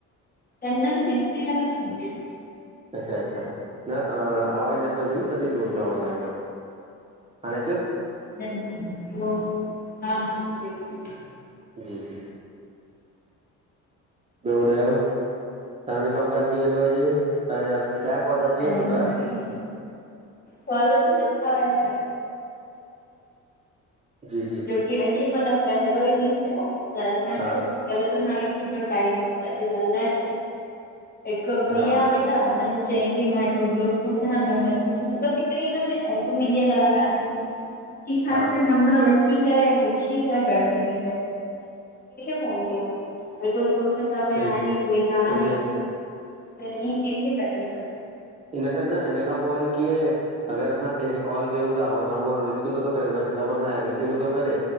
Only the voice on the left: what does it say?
कनन मे पी लॻल हुंदी।
न न उहो हा हा अचे पई।
अे
फल त सुठ ॻाल्हाकी
अॼु मतलब पहिरों ई ॾींहुं थियो ॻाल्हाइण
जो कल त टाइम अॼ ॻाल्हाए हिकु भइया
मेलिया हुननि चयई मां हिक ग्रुप तो बुधायां हिन एप में इहा ॻाल्ह आहे। कि ख़ासि
नंबर वठ पुछी करे पोइ फोन थी करणी पवे फुर्सत में
आहे कोई न आहे
त
ईअ कंहिंखे कजे